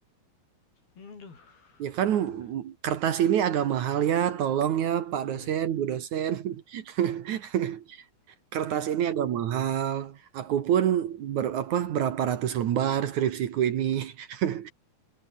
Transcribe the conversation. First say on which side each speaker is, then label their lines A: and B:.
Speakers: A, on the left (about 80°); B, on the right (about 60°).
A: Aduh,
B: Ya kan
A: itu.
B: kertas ini agak mahal ya, tolong ya Pak
A: Iya,
B: dosen, Bu dosen. <laughs> kertas ini agak mahal. Aku pun ber, apa, berapa ratus lembar skripsiku ini. <laughs>